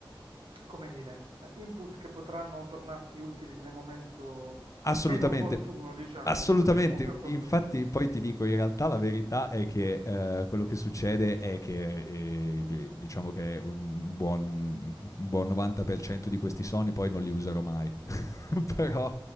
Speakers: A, on the right; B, on the left.
A: come dire, input che potranno tornarti utili nel momento
B: Assolutamente.
A: meno opportuno, diciamo,
B: Assolutamente.
A: se vogliamo, o più opportuno.
B: Infatti poi ti dico, in realtà la verità è che, ehm, quello che succede è che, ehm, di diciamo che un buon un buon 90% di questi soni poi non li userò mai, <laughs> però